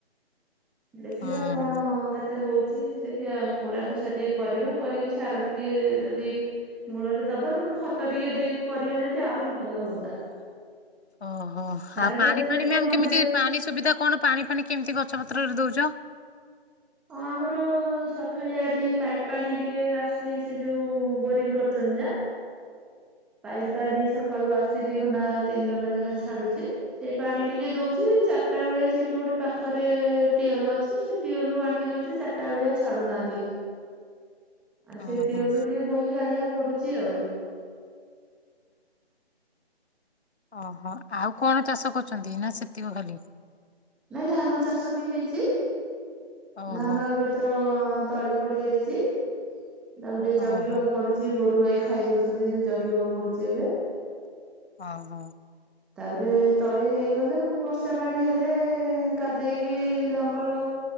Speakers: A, in the centre; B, on the left.
A: ଦେଖିବା
B: ହୁଁ
A: କଣ
B: ହୁଁ।
A: କେତେ? ଏତେ ହଉଛି ଦେଖିବା କୋଡ଼ା ଖୋସା ଟିକେ କରିବା କରିକି ସାର ଟିକେ ଯଦି ମୂଳରେ ଦବା, ନହେଲେ ଖତ ଟିକେ ଦେଇକି କରିବା ଯଦି ଆହୁରି ଭଲ ହୁଅନ୍ତା।
B: ଓହୋ,
A: ସାରଟା
B: ଆଉ ପାଣି
A: ଦେଲେ
B: ଫାଣି
A: କଣ
B: ମାମ କେମିତି
A: ଦେହକୁ
B: ପାଣି? ସୁବିଧା କଣ? ପାଣି ଫାଣି କେମିତି ଗଛପତ୍ରରେ ଦଉଛ?
A: ଅ ଆମର ସକାଳିଆ ଏଠି ପାଇପ୍ ପାଣି ଟିକେ ଆସିଛି, ସେ ଯୋଉ ବୋରିଂ କରୁଛନ୍ତି ଯା। ପାଇପ ପାଣି ସକାଳୁ ଆସି ଦି ଘଣ୍ଟା ତିନି ଘଣ୍ଟା ଲେଖା ଛାଡୁଛି। ସେଇ ପାଣି ଟିକେ ଦଉଛି, ଚାରିଟା ବେଳେ ସେଠି ଗୋଟେ ପାଖରେ ଟ୍ୟୁୱେଲ ଅଛି, ସେ ଟ୍ୟୁୱେଲ ଆଣିକି ଦଉଛି, ଚାର ଚାରିଟାଉଳିଆ ଛାଡୁନାହାନ୍ତି। ଆଉ ସେ
B: ଉଁ
A: ଟ୍ୟୁୱେଲ
B: ହୁଁ।
A: ରୁ ଟିକେ ବୋହିକି ଆଣିବାକୁ ପଡୁଛି ଆଉ।
B: ଓହୋ, ଆଉ କଣ ଚାଷ କରୁଛନ୍ତି? ନା ସେତିକ ଖାଲି?
A: ନାଇଁ ଧାନ ଚାଷ ବି ହେଇଛି।
B: ଓହୋ।
A: ଧାନ ଏବେ ତ ତଳି ପଡି ଯାଇଛି, ତାକୁ ଟିକେ ଜଗିବାକୁ
B: ଓହୋ
A: ପଡୁଛି। ଯିଏ ଗୋରୁ ଗାଈ ଖାଇ ଦଉଛନ୍ତି ଜଗିବାକୁ ପଡୁଛି ଏବେ।
B: ଅ ହ
A: ତାପରେ ତଳି ହେଇଗଲେ, ପୁଣି ବର୍ଷା ପାଣି ହେଲେ ଲେ କାଦେଇକି ଲଙ୍ଗଳ